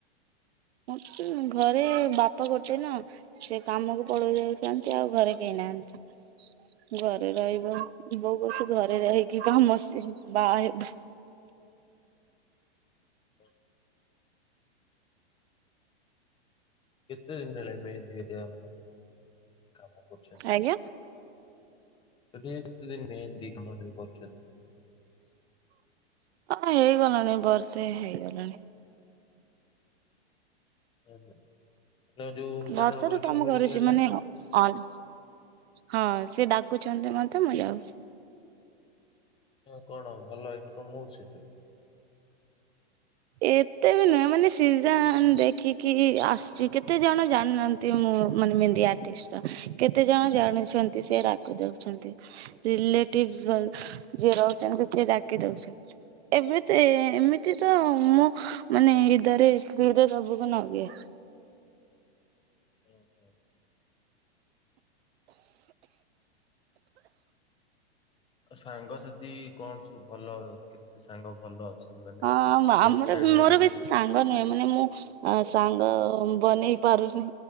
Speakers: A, on the right (about 70°); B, on the left (about 15°).
A: ମତେ ଘରେ ବାପା ପଚାରି ନ ସେ କାମକୁ ପଳେଇ ଯାଇଥାନ୍ତି ଆଉ ଘରେ କେହି ନାହାନ୍ତି। ଘରେ ରହିବ ବୋଉ କଛି ଘରେ ରହିକି ବା <unintelligible> ବାହା ହେବ।
B: ହ। <unintelligible>
A: ଆଜ୍ଞା
B: <unintelligible> କରୁଚନ୍ତି।
A: ହଁ ହେଇଗଲାଣି ବର୍ଷେ ହେଇଗଲାଣି।
B: <unintelligible> ଯଉ -‌ଯଉ
A: ବର୍ଷାରୁ
B: ଯାହାର ୱେଡିଙ୍ଗ୍
A: କାମ
B: ଫେଡିଙ୍ଗ
A: କରୁଛି
B: ହେଲା।
A: ମାନେ ଅନ୍ ହଁ- ସେ ଡାକୁଚନ୍ତି ମତେ ମୁଁ ଯାଉଚି।
B: ହଁ କଣ ଭଲ ଇନକମ୍ ହଉଚି ଏଥିରୁ?
A: ଏତେ ବି ନୁହେଁ ମାନେ ସିଜନ୍ ଦେଖିକି ଆସୁଚି କେତେ ଜଣ ଜାଣିନାହାନ୍ତ୍ ନ୍ତି ମୁଁ ମାନେ ମେନ୍ଦି ଆଟିଷ୍ଟ ର କେତେ ଜଣ ଜାଣିଛନ୍ତି ସେ ଡାକି ଦେଉଛନ୍ତି। ରେଲେଟିଭ୍ ଯ-ଯିଏ ରହୁଚନ୍ତି ସିଏ ଡାକି ଦଉଚନ୍ତି। ଏବେ ତ ଏମିତି ତ ମୁଁ ମାନେ ଇଦାରେ <unintelligible> ନଦିଏ।
B: ଓ ହୁ। ଆ- ସାଙ୍ଗ ଯଦି କଣ ସବୁ ଭଲ କେତେ ସାଙ୍ଗ ଭଲ ଅଛନ୍ତି।
A: ହଁ
B: <unintelligible>
A: ଆମର
B: ବେଷ୍ଟ୍ ଫ୍ରେଣ୍ଡ୍
A: ମୋର
B: ହେରିକା।
A: ବେଶୀ ସାଙ୍ଗ ନୁହେଁ ମାନେ ମୁଁ ସାଙ୍ଗ ବନେଇ ପାରୁନି।